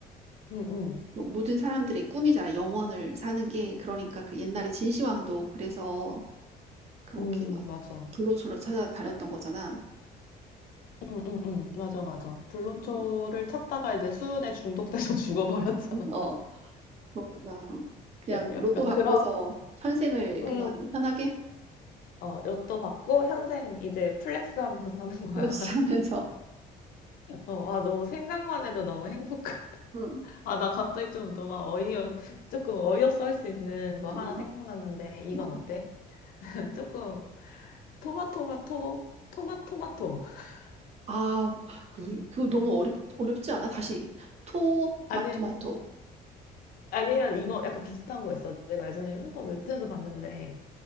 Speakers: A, on the left; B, on the right.
A: 응, 응.
B: 뭐 모든 사람들의 꿈이잖아. 영원을 사는 게. 그러니까 그 옛날에 진시황도 그래서 그렇게
A: 응,
B: 막
A: 맞아.
B: 불로초로 찾아다녔던 거잖아.
A: 응, 응, 응. 맞아, 맞아. 불로초를
B: <laughs>
A: 찾다가 이제 수은에 중독돼서 <laughs> 죽어버렸잖아.
B: 어, 그렇구나. 그냥
A: <laughs> 약간
B: 로또 받고서
A: 그런,
B: 현생을
A: 응.
B: 그냥 편하게
A: 어, 로또 받고 현생 이제 플렉스 하면서 사는 거야.
B: <laughs> 플렉스 하면서.
A: <laughs> 어, 아, 너무 생각만 해도 너무 행복하다.
B: 응,
A: <laughs> 아, 나 갑자기 좀 너가 어이없, 조금 어이없어 할 수 있는 거 하나
B: 응,
A: 생각났는데, 이건
B: 응.
A: 어때? <laughs> 조금 토마토마토, 토마토마토. <laughs>
B: 아, 그, 그 너무 어렵, 어렵지 않아? 다시. 토,
A: 아니,
B: 마토마토.
A: 아니면 이거 약간 비슷한 거 있어. 내가 예전에 햄버거 웹툰에서 봤는데,